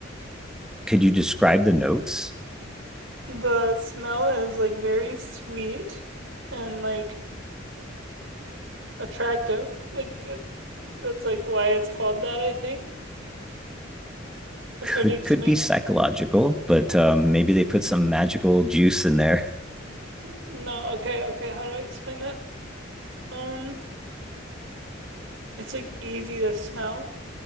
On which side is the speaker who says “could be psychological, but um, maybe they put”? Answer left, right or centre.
Centre